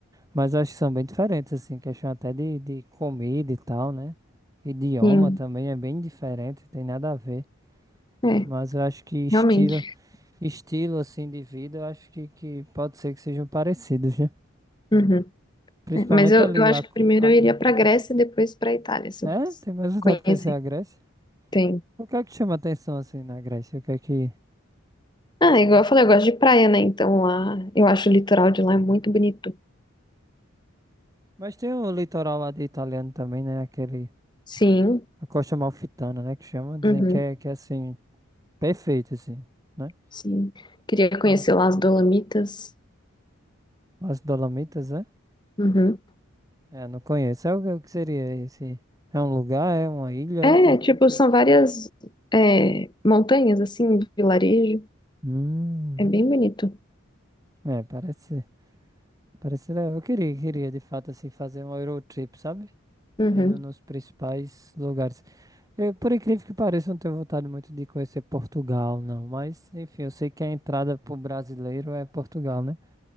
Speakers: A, on the right; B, on the left.
A: Mas eu acho que são bem diferentes, assim, questão até de, de comida e tal, né? Idioma
B: sim.
A: também é bem diferente, tem nada a ver.
B: É,
A: Mas eu acho que estilo,
B: realmente.
A: estilo assim de vida, eu acho que, que pode ser que sejam parecidos, né?
B: Uhum.
A: Principalmente
B: É, mas eu,
A: ali
B: eu acho
A: a,
B: que primeiro
A: a...
B: eu iria pra Grécia e depois pra Itália, se
A: É?
B: eu fosse
A: Tem mais vontade
B: conhecer.
A: de conhecer a Grécia?
B: Tem.
A: O que é que chama atenção assim na Grécia? O que é que.
B: Ah, igual eu falei, eu gosto de praia, né? Então lá, eu acho o litoral de lá é muito bonito.
A: Mas tem o litoral lá de italiano também, né? Aquele.
B: Sim.
A: A Costa Amalfitana, né? Que chama. Dizem
B: Uhum.
A: que é, que é assim. Perfeito, assim. Né?
B: Sim. Queria
A: Então,
B: conhecer lá as Dolomitas.
A: as Dolomitas, né?
B: Uhum.
A: É, não conheço. É o que o que seria esse? É um lugar? É uma ilha? É
B: É,
A: o quê?
B: tipo, são várias é, montanhas, assim, vilarejo.
A: Hum.
B: É bem bonito.
A: É, parece. Parece. Eu queria, queria de fato, assim, fazer um Eurotrip, sabe?
B: Uhum.
A: Indo nos principais lugares. Eu, por incrível que pareça, não tenho vontade muito de conhecer Portugal, não. Mas, enfim, eu sei que a entrada pro brasileiro é Portugal, né?